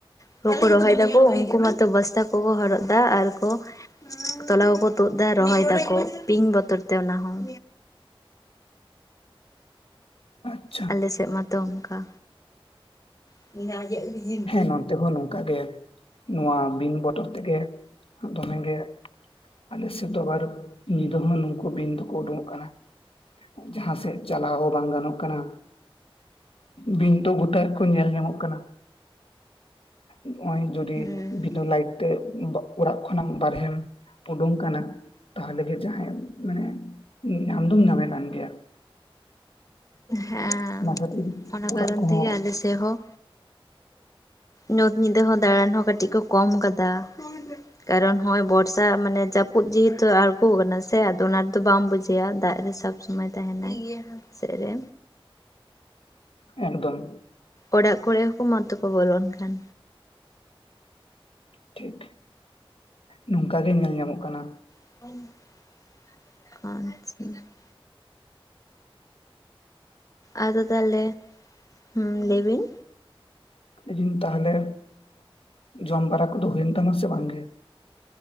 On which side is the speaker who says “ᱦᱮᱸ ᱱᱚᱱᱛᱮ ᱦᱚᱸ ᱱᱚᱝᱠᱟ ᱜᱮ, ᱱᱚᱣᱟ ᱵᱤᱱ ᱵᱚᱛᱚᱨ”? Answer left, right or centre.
Left